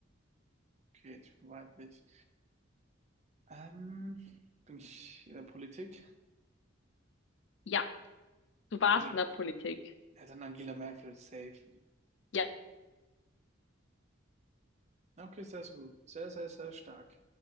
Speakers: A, on the right (about 35°); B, on the left (about 65°).
A: Okay, ich bin weiblich. Ähm, bin ich in der Politik?
B: ja, du warst
A: Bin ich,
B: in der
A: okay.
B: Politik.
A: Ja, dann Angela Merkel, safe.
B: Ja.
A: Okay, sehr, sehr gut. Sehr, sehr, sehr stark.